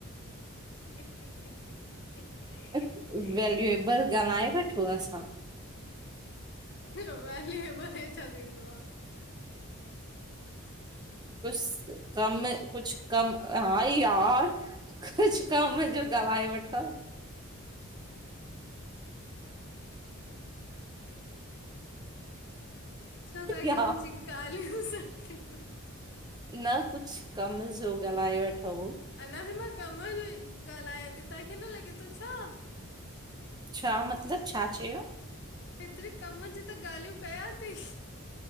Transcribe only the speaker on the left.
<inaudible>
वल्यूएबल हे छा थींदो आ?
छो तव्हां
खे मुंहिंजी गाल्हियूं सुठी
अञा बि मां कम जो ही ॻाल्हायां थी, तव्हांखे न लॻे थो छा।
हेतिेरी कमं जी त ॻाल्हियूं कया थी।